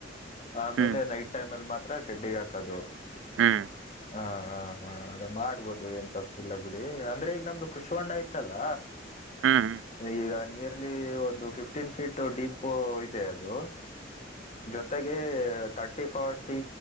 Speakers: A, on the left; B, on the right.
A: ಆಮೇಲೆ
B: ಹ್ಮ್
A: ನೈಟ್ ಟೈಮ್ ಅಲ್ಲಿ ಮಾತ್ರ ಶೆಡ್ಡಿಗೆ ಹಾಕೋದು.
B: ಹ್ಮ್
A: ಹಾ ಹಾ ಹಾ ಅದ್ ಮಾಡ್ಬೂಡ್ರಿ ಎನ್ ತಪ್ ಇಲ್ಲ ಬುಡಿ ಅಂದ್ರೆ ಈಗ ನಮ್ದು ಕೃಷಿ ಹೊಂಡ ಇಯ್ತಲ್ಲ
B: ಹ್ಮ್ ಹ್ಮ್
A: ಈಗ ನೀರ್ ಅಲ್ಲಿ ಒಂದು ಫಿಫ್ಟೀನ್ ಫೀಟ್ ಡೀಪ್ ಇದೆ ಅದು. ಜೊತೆಗೆ ತರ್ಟಿ ಫಾರ್ಟಿ